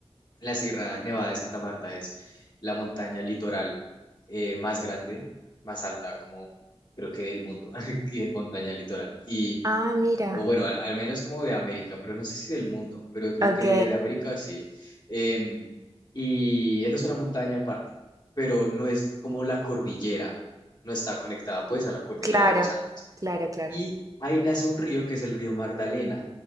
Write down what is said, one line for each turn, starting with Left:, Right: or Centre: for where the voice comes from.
Left: la Sierra Nevada de Santa Marta es la montaña litoral eh, más grande, más alta como creo que del mundo, <laughs> que es montaña litoral. Y
Right: Ah, mira.
Left: o bueno, al, al menos como de América, pero no sé si del mundo, pero creo
Right: Ok,
Left: que de América sí. Em, y esa es una montaña aparte, pero no es como la cordillera, no está conectada pues a la cordillera
Right: claro,
Left: de los Andes.
Right: claro, claro.
Left: Y ahí nace un río que es el río Magdalena,